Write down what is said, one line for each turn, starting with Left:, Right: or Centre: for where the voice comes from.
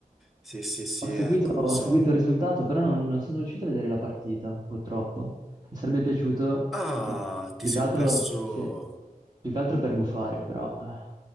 Centre: Sì, sì, sì,
Right: Ho seguito,
Centre: ecco,
Right: ho
Centre: non so.
Right: seguito il risultato, però non, non sono riuscito a vedere la partita, purtroppo. Mi sarebbe piaciuto
Centre: Ah,
Right: più, più
Centre: ti sei
Right: che altro,
Centre: perso.
Right: sì, più che altro per gufare, però... eh.